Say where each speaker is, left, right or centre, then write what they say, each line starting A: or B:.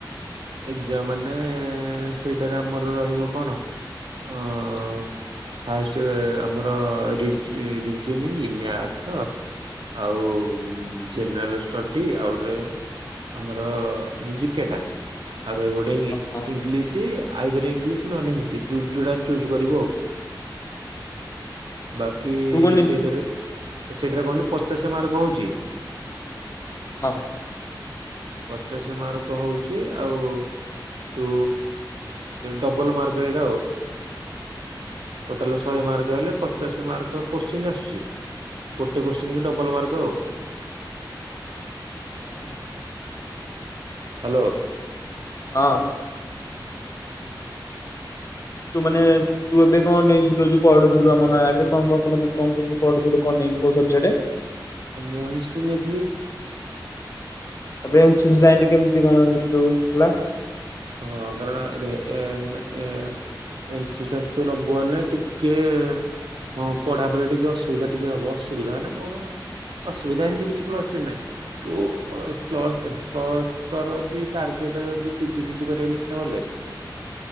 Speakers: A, on the right; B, on the left.
A: ଏକ୍ସାମ ମାନେ ସେଇଟାରେ ଆମର ରହିବ କଣ ଅ ଫାଷ୍ଟ ଆମର ରିଜନିଙ୍ଗ ମ୍ୟାଥ ଆଉ ଜେନେରାଲ ଷ୍ଟଡି ଆଉ ଗୋଟେ ଆମର ଜ-ଜ-ଜିକେଟା ଆର ଗୋଟେ
B: ହଁ ହଁ
A: ଇଂଲିଶ୍ ଆଇଦର ଇଂଲିଶ୍ ନ ହେଲେ ହିନ୍ଦୀ ଯୋଉଟା ଚୁଜ୍ କରିବ ଆଉ। ବାକି
B: ତୁ କଣ ନେଇଥିଲୁ
A: ସେଇଟାରେ ସେଇଟାରେ କଣ କି ପଚାଶ ମାର୍କ ହଉଛି।
B: ହଁ
A: ପଚାଶ ମାର୍କ ହଉଚି, ଆଉ ତୁ ଡବଲ୍ ମାର୍କ ସେଇଟା ଆଉ। ଟୋଟାଲ୍ ଶହେ ମାର୍କ ହେଲେ ପଚାଶ ମାର୍କ କୋଶ୍ଚିନ୍ ଆସୁଛି। ଗୋଟେ କୋଶ୍ଚିନ୍ କି ଡବଲ ମାର୍କ ଆଉ।
B: ହଁ
A: ହ୍ୟାଲୋ।
B: ହଁ ତୁ ମାନେ ତୁ ଏବେ କଣ ନେଇଚୁ <unintelligible> ପଢୁଥିଲୁ ଆମେ ନୟାଗଡରେ କଣ କଣ କଣ ପଢୁଥିଲୁ କଣ କୋଉ <unintelligible> ସବ୍ଜେକ୍ଟ୍
A: ଆଉ ମୁଁ ହିଷ୍ଟ୍ରି ନେଇଥିଲି।
B: <unintelligible> ଲାଇନ୍ କେମିତି କଣ କରଛ? ହେଲା
A: ହଁ କାରଣ ଏମ୍ ଏୟା ଏନସି ଟା ତ ନବ ନା ଟିକେ ହଁ ପଢାପଢି ଟିକେ ଅସୁବିଧା ଟିକେ ହବ। ଅସୁବିଧା ମାନେ କଣ ଅସୁବିଧା ଏମତି କିଛି ପ୍ଲସ୍ ଥ୍ରୀ ନାହିଁ। ତୁ ପ୍ଲସ୍ ଦେ ପ୍ଲସ୍ ତର ଯଦି ଟାର୍ଗେଟ ଯଦି ପିଜି ଫିଜି କରିବାକୁ ଇଚ୍ଛା ହଲେ,